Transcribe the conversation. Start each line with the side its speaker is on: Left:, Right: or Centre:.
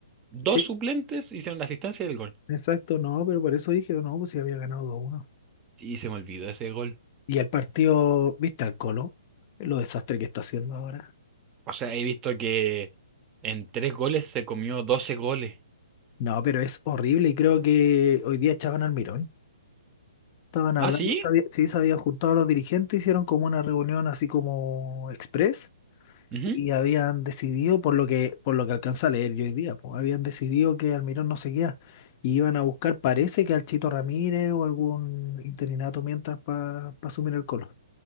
Right: dos
Left: pues.
Right: suplentes hicieron la asistencia del gol.
Left: Exacto, no, pero por eso dije, no, pues si había ganado 2-1.
Right: Y se me olvidó ese gol.
Left: Y el partido, ¿viste al Colo? Lo desastre que está haciendo ahora.
Right: O sea, he visto que en tres goles se comió 12 goles.
Left: No, pero es horrible y creo que hoy día echaban al Mirón. Estaban hablando,
Right: ¿Ah, sí?
Left: se había- sí, se habían juntado los dirigentes, hicieron como una reunión así como express
Right: Ujú.
Left: y habían decidido, por lo que, por lo que alcanza a leer yo hoy día, pues, habían decidido que Almirón no seguía y iban a buscar, parece que al Chito Ramírez o algún interinato mientras para asumir el Colo.